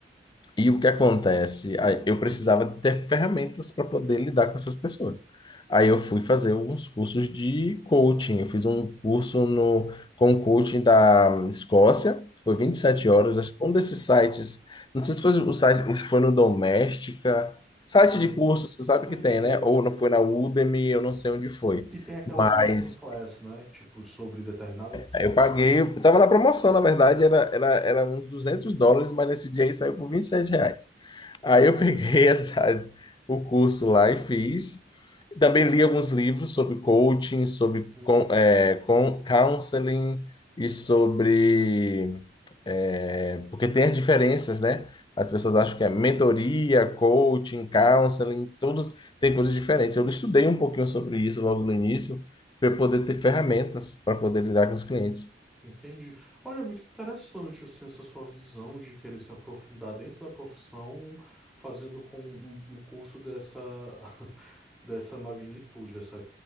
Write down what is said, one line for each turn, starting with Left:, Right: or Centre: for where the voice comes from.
Left: E o que acontece? Aí Eu precisava ter ferramentas para poder lidar com essas pessoas. Aí eu fui fazer alguns cursos de coaching. Eu fiz um curso no, com um coaching da Escócia, foi vinte e sete
Centre: Hum,
Left: horas. acho que Um desses sites, não sei se foi o site, acho que foi no Doméstica, site
Centre: hum,
Left: de curso, você sabe
Centre: Sei,
Left: que tem,
Centre: sei.
Left: né? Ou não foi na Udemy, eu não sei onde foi.
Centre: Que tem aquelas
Left: Mas
Centre: masterclass, né? que, Tipo, sobre determinado assunto.
Left: Aí eu paguei,
Centre: Entendi.
Left: eu tava na promoção, na verdade, era, era, era uns 200 dólares, mas nesse dia aí saiu por 27 reais.
Centre: Uhum,
Left: Aí eu peguei <laughs> as, as- o curso lá e fiz. Também li alguns livros sobre coaching, sobre
Centre: uhum,
Left: con, é, con- counseling e sobre. é, porque tem as diferenças, né? As pessoas
Centre: uhum,
Left: acham que é mentoria, coaching, counseling,
Centre: uhum,
Left: tudo tem coisas diferentes. Eu estudei um pouquinho sobre isso logo no início, para
Centre: uhum.
Left: eu poder ter ferramentas para poder lidar com os clientes.
Centre: Entendi. Olha, é muito interessante, assim, essa sua visão de querer se aprofundar dentro da profissão, fazendo com um, um curso dessa, <laughs> dessa magnitude, dessa...